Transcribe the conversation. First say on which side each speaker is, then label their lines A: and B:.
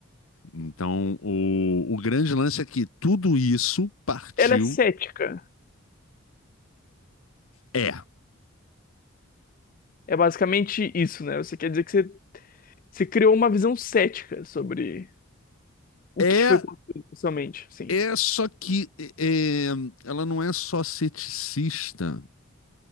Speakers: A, on the left (about 85°); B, on the left (about 40°).
A: Então, o, o grande lance é que tudo isso partiu.
B: Ela é cética.
A: É.
B: É basicamente isso, né? Você quer dizer que você, você criou uma visão cética sobre o
A: É
B: que foi construído socialmente, sim.
A: É só que é, é, ela não é só ceticista,